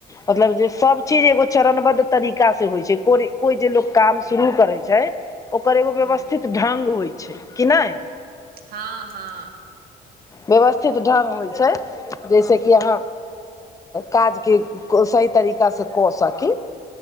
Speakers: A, on the left; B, on the right.
A: मतलब जे सब चीज एगो चरणबद्ध तरीका से होइ छै को कोइ जे लोकोग काम शुरू करै छै ओकर एगो व्यवस्थित
B: हूँ
A: ढ्ग होइ छै कि नहि
B: हँ हँ
A: व्यवस्थित ढ्ंग होइ छै जैसेकि अहाँ काजके सही तरीकासँ कऽ सकी